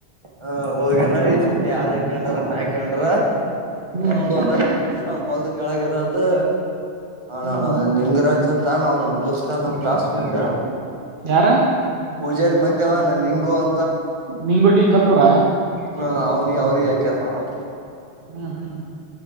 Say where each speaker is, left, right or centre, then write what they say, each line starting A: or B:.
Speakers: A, on the right; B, on the right.
A: ಹಾ ಹೋಗಣ ಈ ಸರ್ತಿ ಯಾರ ಹಾಕೊಂಡ್ರ ನ ಹಾಕೊಂಡ್ರ
B: ಹ್ಮ್
A: ಒಂದು ನಾವು ಮೊಲ್ದ ಕೆಳಗಿರೋದು ಹಣ
B: ಹ್ಮ್
A: ಲಿಂಗರಾಜ್ ಅಂತ ನ ನಮ್ ದೋಸ್ತ ನಮ್ ಕ್ಲಾಸ್ಮೇಟ್
B: ಯಾರ
A: ಪೂಜೆರ ಮನೆ ನಿಂಗು ಒ <unintelligible>
B: ನಿಂಗುಡಿ ಕಲ್ಲೂರ
A: ನ ಹ ಅವನಿ ಅವ್ರಿಗೆ ಆ <inaudible>
B: ಹ್ಮ್ ಹ್ಮ್